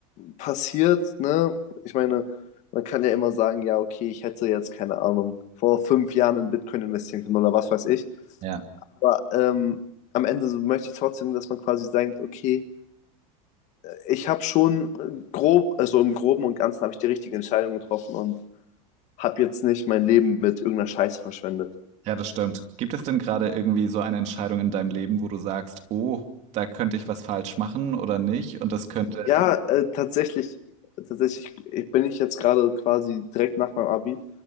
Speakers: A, on the left; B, on the right.
A: passiert, ne? Ich meine, man kann ja immer sagen, ja, okay, ich hätte jetzt, keine Ahnung, vor fünf Jahren in Bitcoin investieren können oder was weiß ich.
B: Ja.
A: Aber ähm, am Ende so möchte ich trotzdem, dass man quasi denkt, okay, ich habe schon grob, also im Groben und Ganzen habe ich die richtige Entscheidung getroffen und habe jetzt nicht mein Leben mit irgendeiner Scheiße verschwendet.
B: Ja, das stimmt. Gibt es denn gerade irgendwie so eine Entscheidung in deinem Leben, wo du sagst, oh, da könnte ich was falsch machen oder nicht? Und das könnte
A: Ja,
B: die...
A: äh, tatsächlich, tatsächlich ich- bin ich jetzt gerade quasi direkt nach meinem Abi